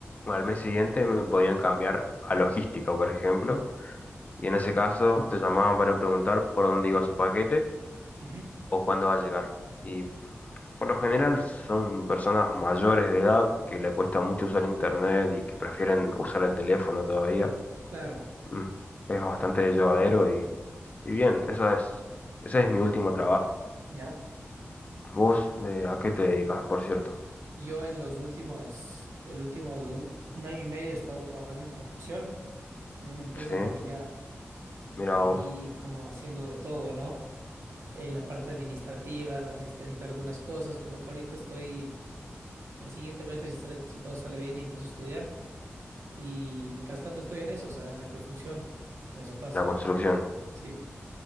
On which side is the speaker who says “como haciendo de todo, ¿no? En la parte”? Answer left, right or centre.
Right